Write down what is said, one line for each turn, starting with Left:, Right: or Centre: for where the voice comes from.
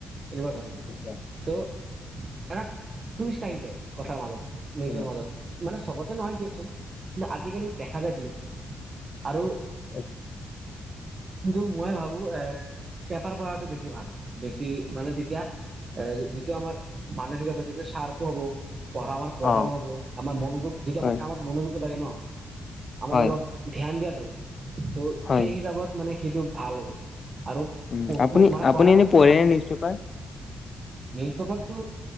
Right: এনেকুৱা ধৰণৰ
Left: আচ্ছা
Right: তৌ এটা টাইষ্ট আহি যায় কথাৰ মাজত নিজৰ
Left: উম
Right: মাজত মানে চবতে নহয় দিয়কচোন কিন্ত আজিকালি দেখা যায় তেনেকুৱা আৰু
Left: <unintelligible>
Right: কিন্তু মই ভাবো এ পেপাৰ প়ো বেছি ভাল বেছি মানে তেতিয়া আহ যিটো আমাৰ মানসিকতা যিটোয়া সাৰ্প হব। পঢ়া আমাৰ পঢ়াও
Left: অ
Right: হ'ব আমাৰ মনোযোগ যিটো
Left: হয়
Right: আাৰ কামত মনোযোগ লাগে ন। আমাৰ
Left: হয়
Right: অলপ ধ্যান দিয়া যাব ত'
Left: হয়
Right: সেই হিচাপত মানে সেইটো ভাল হ'ব আৰু
Left: উম আপুনি
Right: মানে
Left: আপুনি
Right: পঢ়া
Left: এনে পঢ়েনে
Right: টো ভালে
Left: নিউজ পেপাৰ?
Right: নিউজ পেপাৰটো